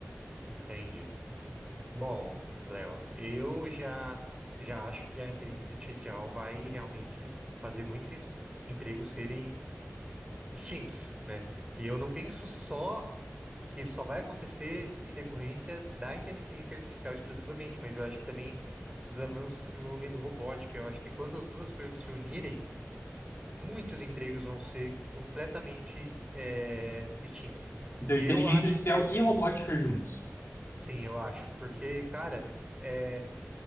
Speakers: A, on the right (about 20°); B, on the left (about 50°).
A: entendi. Bom, Léo, eu já já acho que a inteligência artificial vai realmente fazer muitos es- empregos serem extintos, né? E eu não penso só que isso só vai acontecer em decorrência da inteligência artificial exclusivamente, mas eu acho que também dos avanços envolvendo robótica. Eu acho que quando as duas coisas se unirem, muitos empregos vão ser completamente eh, extintos.
B: Então,
A: E
B: inteligência
A: eu acho
B: artificial
A: que
B: e robótica juntos.
A: Sim, eu acho, porque, cara, é,